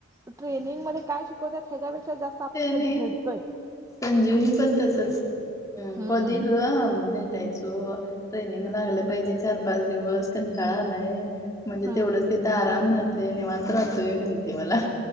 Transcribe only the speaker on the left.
ते
नाही
संजीवनी पण तसच
कधी ग भेटायचं. हो ट्रेनिंग लागलं पाहिजे चार पाच दिवस कंटाळा आलाय म्हणजे
तेवढंच ते आराम मिळते निवांत राहतोय म्हणते मला